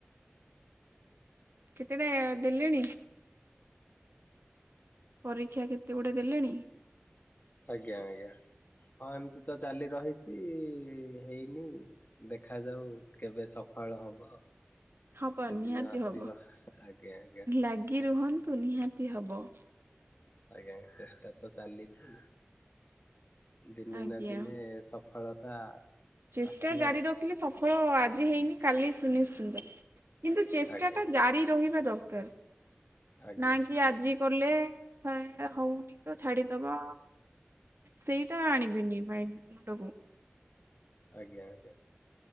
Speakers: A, on the right; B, on the left.
A: କେତେଟା ଦେଲେଣି? ପରୀକ୍ଷା କେତେ ଗୁଡ଼େ ଦେଲେଣି?
B: ଆଜ୍ଞା ଆଜ୍ଞା। ହଁ ଏମତି ତ ଚାଲି ରହିଚି ହେଇନି। ଦେଖାଯାଉ କେବେ ସଫଳ ହବ।
A: ହବ
B: ସେଦିନ
A: ନିହାତି
B: ଆସିବ
A: ହବ
B: ଆଜ୍ଞା ଆଜ୍ଞା
A: ଲାଗି ରୁହନ୍ତୁ ନିହାତି ହବ।
B: ଆଜ୍ଞା ଚେଷ୍ଟା ତ ଚାଲିଚି। ଦିନେ
A: ଆଜ୍ଞା
B: ନା ଦିନେ ସଫଳତା
A: ଚେଷ୍ଟା
B: ଆସିବ
A: ଜାରି ରଖିଲେ ସଫଳ ଆଜି ହେଇନି କାଲି ସୁନିଚିତ୍ତ। କିନ୍ତୁ ଚେଷ୍ଟା
B: ଆଜ୍ଞା
A: ଟା ଜାରି ରହିବା ଦରକାର
B: ଆଜ୍ଞା
A: ନା କି ଆଜି କଲେ ହଉନି ତ ଛାଡିଦବ। ସେଇଟା ଆଣିବେନି ମାଇ ମୁଣ୍ଡକୁ।
B: ଆଜ୍ଞା ଆଜ୍ଞା।